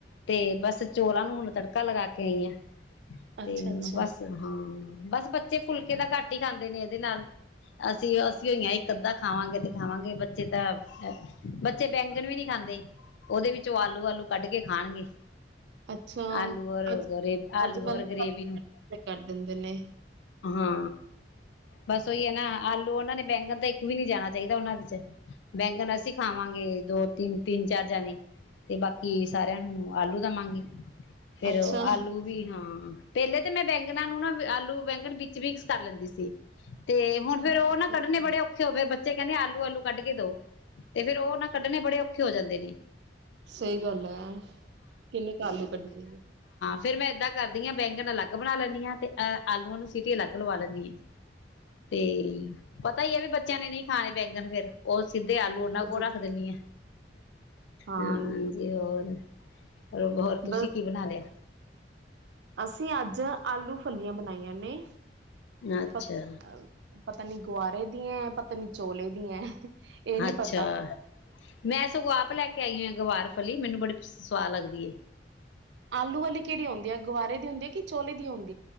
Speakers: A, on the left (about 85°); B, on the right (about 70°).
A: ਤੇ ਬਸ ਚੋਲਾਂ ਨੂੰ ਹੁਣ ਤੜਕਾ ਲਗਾ ਕੇ ਆਈ ਆ ਅਤੇ
B: ਅੱਛਾ ਅੱਛਾ
A: ਬਸ ਹਾਂ ਬਸ ਬੱਚੇ ਫੁਲਕੇ ਤਾਂ ਘੱਟ ਹੀ ਖਾਂਦੇ ਨੇ ਇਹਦੇ ਨਾਲ ਹੋਈ ਇੱਕ ਅੱਧਾ ਖਾਵਾਂਗੇ ਤੇ ਖਾਵਾਂਗੇ ਬੱਚੇ ਤਾਂ ਬੱਚੇ ਬੈਂਗਣ ਵੀ ਨਹੀਂੀ ਖਾਂਦੇ ਉਹਦੇ ਵਿੱਚੋਂ ਆਲੂ ਆਲੂ ਕੱਢ ਕੇ ਖਾਣਗੇ
B: ਅੱਛਾ,
A: ਆਲੂ ਔਰ
B: ਅੱਜ
A: ਗਰੇ ਆਲੂ
B: ਅੱਜ-ਕੱਲ
A: ਔਰ ਗਰੇਵੀ
B: ਸਾਰੇ
A: ਨੂੰ
B: ਕਰ ਦਿੰਦੇ ਨੇ,
A: ਹਾਂ ਬਸ ਉਹੀ ਹੈ ਨਾ ਆਲੂ ਉਹਨਾਂ ਨੇ ਬੈਂਗਣ ਤਾਂ ਇੱਕ ਵੀ ਨਹੀਂੀ ਜਾਣਾ ਚਾਹੀਦਾ ਉਹਨਾਂ ਦੇ ਚ ਬੈਂਗਣ ਅਸੀਂ ਖਾਵਾਂਗੇ ਦੋ ਤਿੰਨ ਤਿੰਨ ਚਾਰ ਜਾਣੇ ਤੇ ਬਾਕੀ ਸਾਰਿਆਂ ਨੂੰ ਆਲੂ ਦਾ ਮੰਗ ਹੀ ਫੇਰ
B: ਅੱਛਾ।
A: ਆਲੂ ਵੀ ਹਾਂ ਪਹਿਲੇ ਤਾਂ ਮੈਂ ਬੈਂ ਨੂੰ ਨਾ ਆਲੂ ਬੈਂਗਨ ਵੀਕਸ ਕਰ ਲੈਂਦੀ ਸੀ ਤੇ ਹੁਣ ਫੇਰ
B: ਅੱਛਾ
A: ਉਹ
B: ਅੱਛਾ
A: ਨਾ ਕੱੇ
B: ਅੱਛਾ।
A: ਬੜੇ ਔਖੇ ਹੋਏ ਬ ਬੱਚੇ ਕਹਿੰਦੇ ਆਲੂ ਆਲੂ ਕੱਢ ਕੇ ਦੋ ਤੇ ਫੇਰ ਉਹ ਨਾ ਕੱਢਣੇ ਬੜੇ ਔਖੇ ਹੋ ਜਾਂਦੇ ਨੇ
B: ਸਹੀ ਗੱਲ ਹੈ ਕਿੰਨੇ ਕੂ ਆਲੂ ਕੱਢਦੀ
A: ਫੇਿਰ ਮੈਂ ਏਦਾਂ ਕਰਦੀ ਹਾਂ ਬੈਂਗਣ ਅਲੱਗ ਬਣਾ ਲੈਂਦੀ ਹਾਂ ਤੇ ਅਹ ਆਲੂਆਂ ਨੂੰ ਸੀਟੀ ਅਲੱਗ ਲਵਾ ਲੈਂਦੀ ਹਾਂ ਤੇ ਪਤਾ ਹੀ ਹੈ ਵੀ ਬੱਚਿਆਂ ਨੇ ਨਹੀਂੀ ਖਾਣੇ ਬੈਂਗਨ ਫੇਰ ਉਹ ਸਿੱਧੇ ਆਲੂ
B: ਜੀ,
A: ਉਹਨਾਂ ਕੋ
B: ਜੀ,
A: ਰੱਖ
B: ਜੀ।
A: ਦਿੰਦੀ ਆ
B: ਹਾਂ,
A: ਹਾਂਜੀ ਹੋਰ ਹੋਰ ਤੁਸੀਂ
B: ਬਸ
A: ਕੀ ਬਣਾ ਲਿਆ
B: ਅਸੀਂ ਅੱਜ ਆਲੂ ਫਲੀਆਂ ਬਣਾਈਆਂ ਨੇ
A: ਅੱਛਾ
B: ਪ ਪਤਾ ਨੀ ਗੁਆਰੇ ਦੀ ਐ ਪਤਾ ਨੀ ਚੋਲੇ ਦੀ ਐ ਇਹ ਨੀ
A: ਅੱਛਾ
B: ਪਤਾ,
A: ਮੈਂ ਸਗੋਂ ਆਪ ਲੈ ਕੇ ਕੇ ਆਈ ਆ ਗਵਾਰ ਫਲੀ ਮੈਨੂੰ ਬੜੀ ਸਆਦ ਲੱਗਦੀ
B: ਆਲੂ ਵਾਲੀ ਕਿਹੜੀ ਹੁੰਦੀ ਹੈ ਗੁਵਾਰੇ ਦੀ ਹੁੰਦੀ ਹੈ ਕਿ ਚੋਲੇ ਦੀ ਹੁੰਦੀ ਹੈ